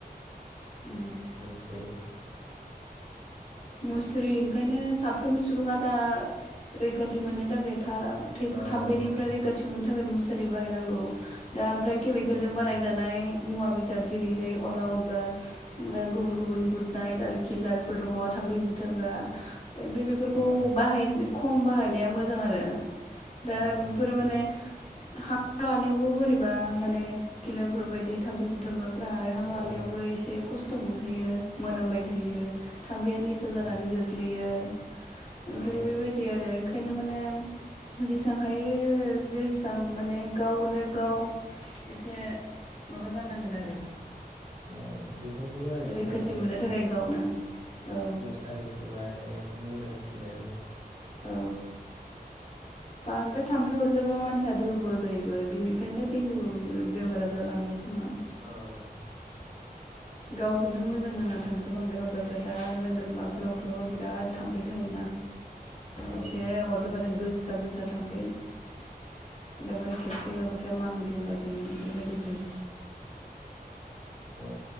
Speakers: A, on the left (about 45°); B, on the right (about 30°).
A: उम
B: नुसै
A: मुसुरि ओंखायनो साफ्रोम सुबुङा दा रैखाथि मोननो थाखाय ओ
B: औ
A: थाम्फैनिफ्राय
B: औ
A: रैखाथि मोननो थाखाय मुसु सारि बाहायनांगौ दा ओमफ्राय केमिकेलजों
B: औ
A: बानायजानाय मुवा बेसाद जेरैहाय अल आउट बा गुबुन गुबुन गुड नाइट आरो किलारफोर दङ थाम्फै बुथारग्रा ओमफ्राय बेफोरखौ
B: औ
A: बाहायनो खम बाहायनाया मोजां आरो दा
B: औ
A: बेफोर
B: नंगौ
A: माने हां लानायावबो बोरैबा माने खिलारफोर बायदि थाम्फै बुथारग्रा हां लानायावबो
B: औ
A: एसे खस्थ' खस्थ' मोनहैयो मोनामबाय थायो थाम्फैया निसा जानानै
B: औ
A: गोग्लैयो ओमफ्राय
B: औ
A: बेबायदि आरो ओंखायनो माने जेसां हायो जेसां माने गावनो गाव एसे माबा जानांगोन आरो
B: औ बेफोरखौबो बाहायस्लायस्लाय
A: रैखाथि मोननो थाखाय
B: जेनेबा
A: गावनो औ
B: मुसारिफोर बाहायनाय मोजांसिन जायो
A: औ बांद्राय थाम्फै अरजाबा मानसिया दुरबल जायोबो बिनिफ्रायनो देंगु बेमारा जालाङो खोमा
B: औ
A: गावखौनो मोजां नाङा थांफै बांद्राय अरजाब्ला नोगोरमाफोरावथ' बिराद थामफै थायोना
B: औ
A: एसे अरजाबानो गो गोजा गोजा थाम्फै एकदमबारे खेबसे अरबाथाय मान ग्लुंला जोबनाय बेबायदि जायो
B: औ